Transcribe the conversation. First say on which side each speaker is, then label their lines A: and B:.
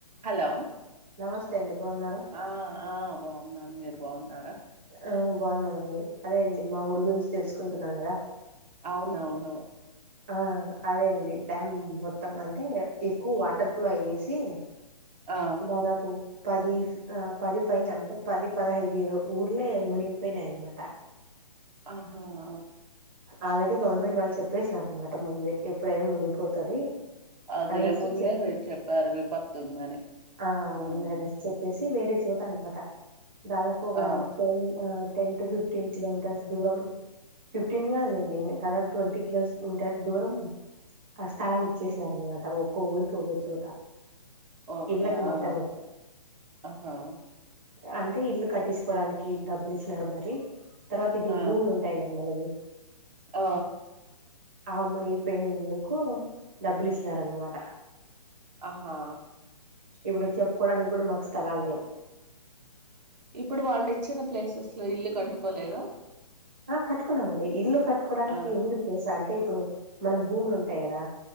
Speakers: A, on the right (about 85°); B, on the right (about 20°).
A: హలో
B: నమస్తే అండి బాగున్నారా
A: ఆ ఆ బాగున్నాను మీరు బాగున్నారా
B: ఆ బాగున్నామండి అదే అండి మా ఊరు గురించి తెలుసుకుంటున్నాం కదా
A: అవునవును
B: ఆ అదే అండి డ్యామ్ మొత్తం అంటే ఎక్కువ వాటర్ ఫ్లో ఏసి
A: ఆ
B: దాదాపు పది ఆ పది పైన అంటే పది పదహైదు ఊర్లే మునిగిపోయినయి అన్నమాట
A: ఆహా ఆ
B: ఆల్రెడీ గవర్నమెంట్ వాళ్ళు చెప్పేసినారన్నమాట ముందే ఎప్పుడైనా మునిగిపోతది
A: అదెలే
B: అనేసి
A: ముందే
B: చెప్
A: చెప్పారు విపత్తు ఉందని
B: ఆ ఉందనేసి
A: ఉమ్
B: చెప్పేసి వేరే చోట అన్నమాట దాదాపుగా
A: ఆ
B: ten ten to fifteen kilometres దూరం ఫిఫ్టీన్ కాదులేండి దాదాపు ట్వంటీ కిలోమీటర్ దూరం ఆ స్థలాలు ఇచ్చేసినారన్నమాట ఒక్కో ఊరికి ఒక్కో చోట
A: ఓకే
B: ఇళ్ళలకు మాత్రమే
A: ఆ ఆహా
B: అంటే ఇల్లు కట్టించుకోవడానికి డబ్బులు ఇచ్చినారు మరి తర్వాత ఇప్పుడు
A: ఆ
B: భూములు ఉంటాయి కదా మనది
A: ఆ
B: ఆ మునిగిపోయినందుకు డబ్బులు ఇచ్చినారన్నమాట
A: ఆహా
B: ఇప్పుడు చెప్పుకోవడానికి కూడా మాకు స్థలాలు లేవు
A: ఇప్పుడు వాళ్ళు ఇచ్చిన ప్లేసెస్ లో ఇల్లు కట్టుకోలేదా
B: ఆ కట్టుకున్నామండి ఇల్లు కట్టుకోవడానికి
A: ఆ
B: ఉంది ప్లేస్ అంటే ఇప్పుడు మనం భూములు ఉంటాయి కదా